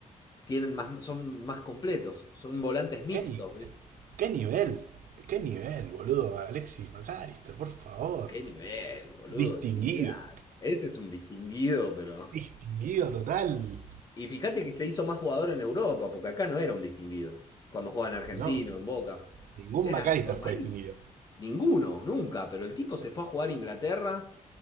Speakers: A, on the left; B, on the right.
A: tienen más, son más completos, son volantes mixtos,
B: ¿qué, ni-
A: ¿viste?
B: ¿Qué nivel? ¿Qué nivel, boludo? Alexis McAllister, por favor.
A: Qué nivel, boludo,
B: Distinguido.
A: olvidate. Ese es un distinguido, pero.
B: Distinguido total.
A: Y fíjate que se hizo más jugador en Europa, porque acá no era un distinguido. Cuando jugaba en Argentino,
B: No,
A: en Boca.
B: ningún
A: Era
B: McAllister
A: normalito.
B: fue distinguido.
A: Ninguno, nunca, pero el tipo se fue a jugar a Inglaterra